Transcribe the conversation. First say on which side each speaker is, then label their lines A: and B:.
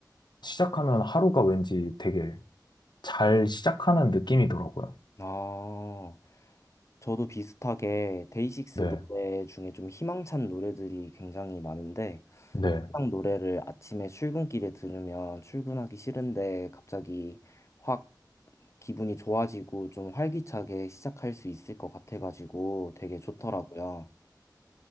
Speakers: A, on the left (about 85°); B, on the left (about 40°).
A: 시작하면 하루가 왠지 되게 잘 시작하는 느낌이더라고요.
B: 아, 저도 비슷하게 데이식스
A: 네,
B: 노래 중에 좀 희망찬 노래들이 굉장히 많은데
A: 네.
B: 희망 노래를 아침에 출근길에 들으면 출근하기 싫은데 갑자기 확 기분이 좋아지고 좀 활기차게 시작할 수 있을 것 같아가지고 되게 좋더라고요.